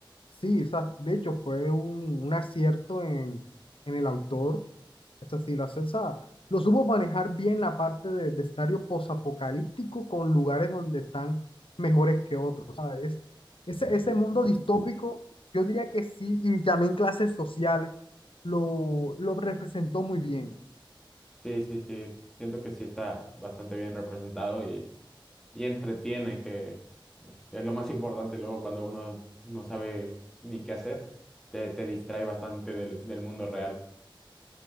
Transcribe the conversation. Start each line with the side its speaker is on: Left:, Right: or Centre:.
Left: sí, o sea, de hecho fue un, un acierto en, en el autor. Esto sí, lo hace, o sea, lo supo manejar bien la parte de, de escenario posapocalíptico con lugares donde están mejores que otros. o sea, es- ese, ese mundo distópico, yo diría que sí, y también clases sociales, lo, lo representó muy bien.
Centre: Sí, sí, sí, siento que sí está bastante bien representado y y entretiene, que eh, es lo más importante luego cuando uno no sabe ni qué hacer, te, te distrae bastante del, del mundo real.